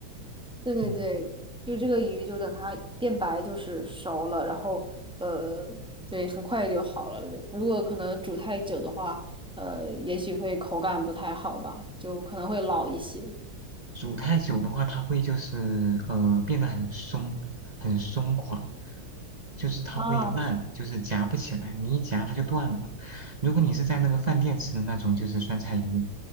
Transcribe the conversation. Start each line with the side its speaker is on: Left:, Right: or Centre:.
Centre: 对对对，
Right: 嗯。
Centre: 就这个鱼就等它变白就是熟了，然后呃，对，很快就好了。如果可能煮太久的话，呃，也许会口感不太好吧，就可能会老一些。
Right: 煮太久的话，它会就是呃变得很松，很松垮，就是它会烂，
Centre: 啊，
Right: 就是夹不起来，你一夹它就断了。如果你是在那个饭店吃的那种，就是酸菜鱼，